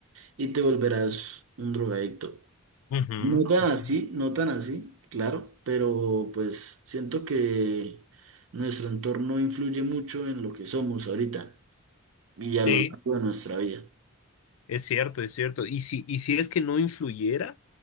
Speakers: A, on the right (about 60°); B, on the left (about 70°).
A: y te volverás un drogadicto.
B: Ujú,
A: No tan
B: ujú.
A: así, no tan así, claro, pero pues siento que nuestro entorno influye mucho en lo que somos ahorita y a
B: Sí,
A: lo largo de nuestra vida.
B: es cierto, es cierto. Y si, y si es que no influyera.